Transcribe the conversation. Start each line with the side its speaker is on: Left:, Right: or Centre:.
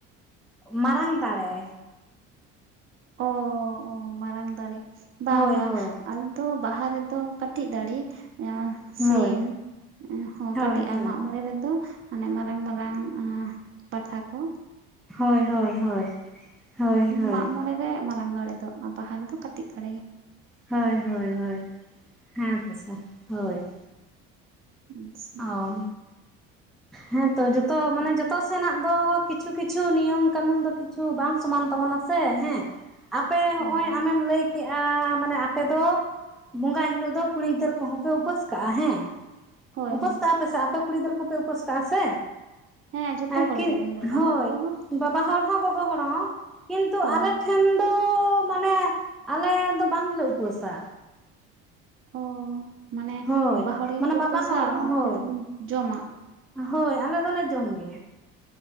Centre: ᱢᱟᱨᱟᱝ ᱫᱟᱲᱮ
Right: ᱚ ᱢᱟᱨᱟᱝ ᱫᱟᱲᱮ ᱵᱟᱝ
Centre: ᱦᱳᱭ
Right: ᱵᱟᱝ
Centre: ᱦᱳᱭ
Right: ᱟᱞᱮ ᱫᱚ ᱵᱟᱦᱟ ᱨᱮᱫᱚ ᱠᱟᱹᱴᱤᱡ ᱫᱟᱲᱮ
Centre: ᱦᱳᱭ
Right: ᱥᱤᱢ ᱦᱚᱸ
Centre: ᱦᱳᱭ
Right: ᱠᱟᱹᱴᱤᱡᱼᱟ
Centre: ᱦᱳᱭ
Right: ᱢᱟᱸᱜ ᱢᱚᱬᱮ ᱨᱮᱫᱚ ᱢᱟᱱᱮ ᱢᱟᱨᱟᱝ ᱢᱟᱨᱟᱝ ᱯᱟᱴᱷᱟ ᱠᱚ
Centre: ᱦᱳᱭ ᱦᱳᱭ ᱦᱳᱭ ᱦᱳᱭ ᱦᱳᱭ
Right: ᱢᱟᱜ ᱢᱚᱬᱮ ᱨᱮ ᱢᱟᱨᱟᱝ ᱫᱟᱲᱮ ᱫᱚ ᱟᱨ ᱵᱟᱦᱟ ᱨᱮᱫᱚ ᱠᱟᱹᱴᱤᱡ ᱫᱟᱲᱮ ᱜᱮ
Centre: ᱦᱳᱭ ᱦᱳᱭ ᱦᱳᱭ ᱦᱮᱸ ᱠᱚᱥᱟ ᱦᱳᱭ
Right: <unintelligible>
Centre: ᱚ ᱦᱮᱸᱛᱚ ᱡᱚᱛᱚ ᱢᱟᱱᱮ
Right: ᱟᱪᱪᱷᱟ
Centre: ᱡᱚᱛᱚ ᱥᱮᱱᱟᱜ ᱫᱚ ᱠᱤᱪᱷᱩ ᱠᱤᱪᱷᱩ ᱱᱤᱭᱚᱢ ᱠᱟᱹᱱᱩᱱ ᱫᱚ ᱠᱤᱪᱷᱩ ᱵᱟᱝ ᱥᱚᱢᱟᱱ ᱛᱟᱵᱚᱱᱟ ᱥᱮ ᱦᱮᱸ ᱟᱯᱮ
Right: ᱦᱳᱭ
Centre: ᱦᱚᱸᱜ ᱚᱭ ᱟᱢᱮᱢ ᱞᱟᱹᱭ ᱠᱮᱫ ᱠᱮᱜᱼᱟ ᱢᱟᱱᱮ ᱟᱯᱮ ᱫᱚ ᱵᱚᱸᱜᱟ ᱦᱤᱞᱳᱜ ᱫᱚ ᱠᱩᱲᱤ ᱜᱤᱫᱟᱹᱨ ᱠᱚᱦᱚᱸ ᱯᱮ ᱩᱯᱟᱹᱥ ᱠᱟᱜᱼᱟ ᱦᱮᱸ
Right: ᱦᱳᱭ
Centre: ᱩᱯᱟᱹᱥ
Right: ᱦᱳᱭ
Centre: ᱠᱟᱜᱼᱟ ᱯᱮ ᱥᱮ ᱟᱯᱮ ᱠᱩᱲᱤ ᱜᱤᱫᱟᱹᱨ ᱠᱚᱯᱮ ᱩᱯᱟᱹᱥ ᱠᱟᱜᱼᱟ ᱥᱮ
Right: ᱦᱮᱸ ᱡᱷᱚᱛᱚ
Centre: ᱟᱨᱠᱤ
Right: ᱦᱚᱲ ᱜᱮ ᱢᱟᱱᱮ ᱵᱟᱵᱟ
Centre: ᱦᱳᱭ
Right: ᱦᱚᱲ ᱠᱚᱦᱚᱸ
Centre: ᱵᱟᱵᱟ ᱦᱚᱲ ᱦᱚᱸ ᱜᱚᱜᱚ ᱦᱚᱲ ᱦᱚᱸ ᱠᱤᱱᱛᱩ
Right: ᱦᱳᱭ
Centre: ᱟᱞᱮᱴᱷᱮᱱ
Right: ᱦᱳᱭ
Centre: ᱫᱚ ᱢᱟᱱᱮ ᱟᱞᱮ ᱫᱚ ᱵᱟᱝᱞᱮ ᱩᱯᱟᱹᱥᱟ
Right: ᱚ ᱢᱟᱱᱮ
Centre: ᱦᱳᱭ
Right: ᱵᱟᱵᱟ ᱦᱚᱲ ᱜᱮᱠᱚ
Centre: ᱢᱟᱱᱮ ᱵᱟᱵᱟ
Right: ᱩᱯᱟᱹᱥᱟ
Centre: ᱦᱚᱲ ᱦᱳᱭ
Right: ᱟᱯᱮ ᱫᱚᱯᱮ ᱡᱚᱢᱟ
Centre: ᱦᱳᱭ ᱟᱞᱮ ᱫᱚᱞᱮ ᱡᱚᱢ ᱜᱮᱭᱟ